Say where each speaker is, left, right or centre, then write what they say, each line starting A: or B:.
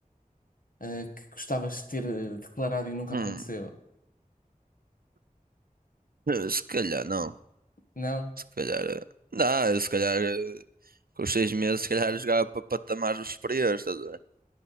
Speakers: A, on the left; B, on the right.
A: ah, que gostavas de ter ah, declarado e nunca
B: Hum,
A: aconteceu.
B: eh, se calhar não.
A: Não?
B: Se calhar. eh, Não, eu se calhar. eh, Com os seis meses, se calhar eu jogava para patamares superiores, estás a ver?